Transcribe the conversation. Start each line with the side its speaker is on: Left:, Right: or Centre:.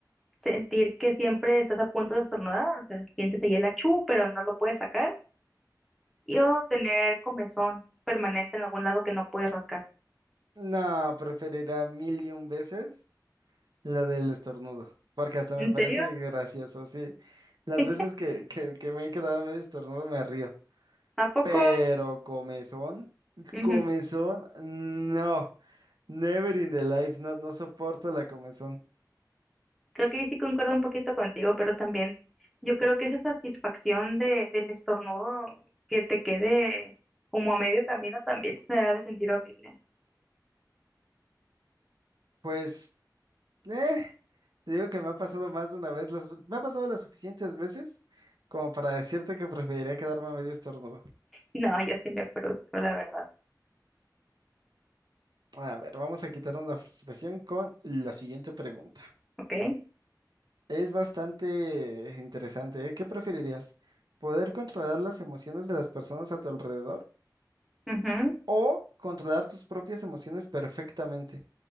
Centre: ¿Sentir que siempre estás a punto de estornudar? O sea, sientes ahí el achú pero no lo puedes sacar. ¿Y o tener comezón permanente en algún lado que no puedes rascar?
Right: No, preferirá mil y un veces la del estornudo, porque hasta
Centre: ¿En
Right: me parece
Centre: serio?
Right: gracioso, sí. Las
Centre: <laughs>
Right: veces que, que, que me he quedado medio estornudo me río.
Centre: ¿A poco?
Right: Pero comezón,
Centre: Ujú.
Right: comezón, no, never in the life, no, no soporto la comezón.
Centre: Creo que ahí sí concuerdo un poquito contigo, pero también yo creo que esa satisfacción de, del estornudo que te quede como a medio camino también se ha de sentir horrible.
Right: Pues, eh, te digo que me ha pasado más de una vez, lo su- me ha pasado las suficientes veces como para decirte que preferiría quedarme a medio estornudo.
Centre: No, yo sí me frustro, la verdad.
Right: A ver, vamos a quitarnos la frustración con la siguiente pregunta.
Centre: ¿Ok?
Right: Es bastante interesante, ¿eh? ¿Qué preferirías? ¿Poder controlar las emociones de las personas a tu alrededor
Centre: Ujú.
Right: o controlar tus propias emociones perfectamente?